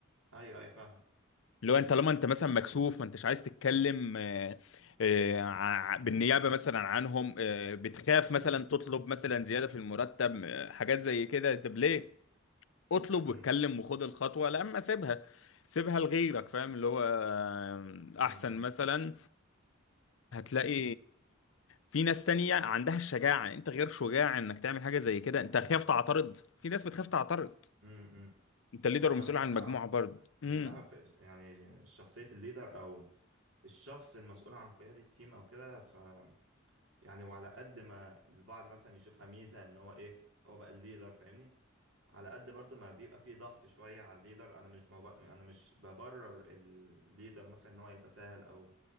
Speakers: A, on the right; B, on the left.
A: ايوه ايوه فاهم
B: اللي هو انت طالما انت مثلا مكسوف ما انتش عايز تتكلم آه، آه، ع- بالنيابه مثلا عنهم آه، بتخاف مثلا تطلب مثلا زياده في المرتب آه، حاجات زي كده طب ليه؟ اطلب
A: امم
B: واتكلم وخد الخطوه لا اما سيبها سيبها لغيرك فاهم اللي هو آه،
A: امم
B: احسن
A: امم
B: مثلا هتلاقي في ناس تانية عندها الشجاعه يعني انت غير شجاع انك تعمل حاجه زي كده انت خايف تعترض في ناس بتخاف تعترض
A: إمم، إمم.
B: انت ليدر
A: لا انا
B: ومسؤول
A: بصراحه
B: عن مجموعه برضه امم
A: بصراحه في يعني شخصيه الليدر او الشخص المسؤول عن قياده التيم او كده ف يعني وعلى قد ما البعض مثلا يشوفها ميزه ان هو ايه هو بقى الليدر فاهمني على قد برضو ما بيبقى فيه ضغط شويه على الليدر انا مش بب... انا مش ببرر الليدر مثلا ان هو يتساهل او